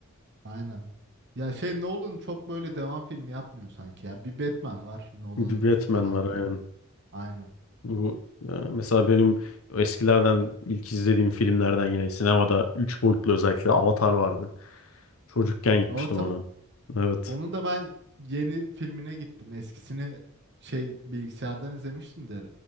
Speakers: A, on the right; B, on the left.
A: Aynen. Ya şey Nolan çok böyle devam filmi yapmıyor sanki ya. Bir Batman var Nolan'ın
B: Bir Batman
A: devam
B: var
A: filmi.
B: aynen.
A: Aynen.
B: Bu ya mesela benim eskilerden ilk izlediğim filmlerden yine sinemada 3 boyutlu özellikle Avatar vardı. Çocukken gitmiştim
A: Avatar.
B: ona. Evet.
A: Onu da ben yeni filmine gittim. Eskisini şey bilgisayardan izlemiştim de